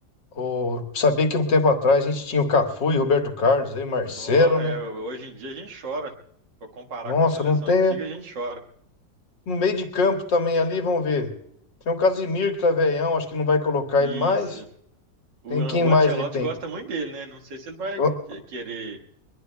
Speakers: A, on the left (about 75°); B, on the right (about 70°).
A: o... saber que um tempo atrás a gente tinha o Cafu e Roberto Carlos, aí Marcelo,
B: Não,
A: né?
B: é, hoje em dia a gente chora. Pra comparar
A: Nossa,
B: com a seleção
A: não tem...
B: antiga,
A: né?
B: a gente chora.
A: No meio de campo também ali, vamos ver. Tem o Casimiro que tá velhão, acho que não vai colocar
B: Isso.
A: ele mais.
B: O,
A: Tem
B: An-
A: quem
B: o
A: mais
B: Ancelotti
A: ele tem?
B: gosta muito dele, né? Não sei se ele vai
A: O
B: que- querer